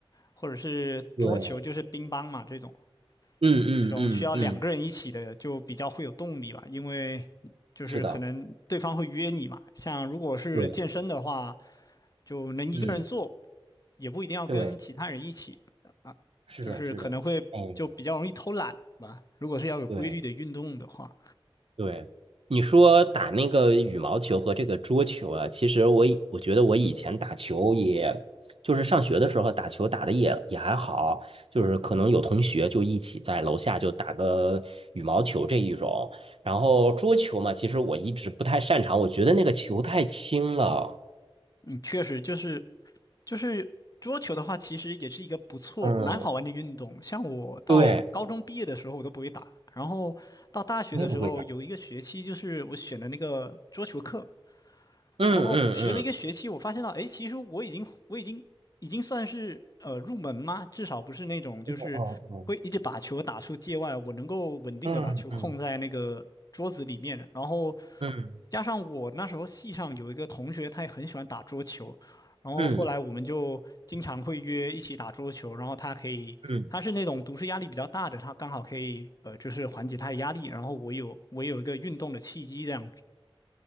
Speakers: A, on the left; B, on the right.
A: 或者是桌球，
B: 对
A: 就是乒乓嘛这种。
B: 嗯嗯嗯嗯，
A: 这种需要两个人一起的就比较会有动力吧，因为就是可能对方会约你嘛。
B: 是的，
A: 像如果是健身的话，
B: 对，
A: 就能一个人做，
B: 嗯
A: 也不一定要跟其他人一起啊，
B: 对，是的，
A: 就是可能会就比较容易偷懒吧。
B: 是的，哎，
A: 如果是要有规律的运动的话，
B: 对对，你说打那个羽毛球和这个桌球啊，其实我以我觉得我以前打球也，就是上学的时候打球打的也也还好，就是可能有同学就一起在楼下就打个羽毛球这一种，然后桌球嘛，其实我一直不太擅长，我觉得那个球太轻了。
A: 嗯，确实就是就是桌球的话，其实也是一个不错、
B: 嗯，
A: 蛮好玩的运动。像我到高中毕业的时候，
B: 对，
A: 我都不会打，然后到大学的时候有一个学期，
B: 我也不会打。
A: 就是我选的那个桌球课，
B: 嗯嗯嗯。
A: 然后我学了一个学期，我发现到，哎，其实我已经我已经已经算是呃入门吗？至少不是那种就是会一直把球打出界外，
B: 哦哦哦
A: 我能够稳定的把球控在那个桌子里面。
B: 嗯嗯
A: 然后
B: 嗯
A: 加上我那时候系上有一个同学，他也很喜欢打桌球，然后后来我们就经常会约一起打桌球。
B: 嗯
A: 然后他可以，
B: 嗯
A: 他是那种读书压力比较大的，他刚好可以呃就是缓解他的压力。然后我有我有一个运动的契机这样子，